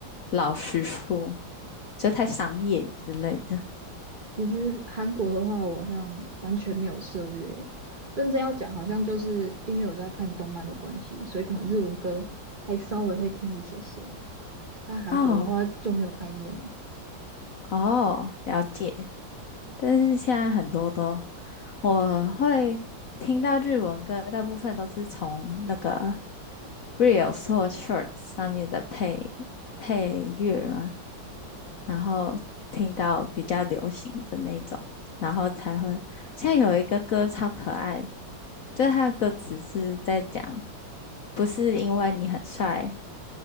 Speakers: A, on the left; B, on the right.
A: 老实说，就太商业之类的？
B: 其实韩国的话，我好像完全没有涉略耶认真要讲，好像就是因为我在看动漫的关系，所以可能日文歌还稍微会听一些些。但韩国的话就没有概念了。
A: 哦哦，了解。但是现在很多都我会听到日文歌，大部分都是从那个 r e a l s 或 Shorts 上面的配配乐嘛，然后听到比较流行的那种，然后才会。现在有一个歌超可爱，就是它的歌词是在讲，不是因为你很帅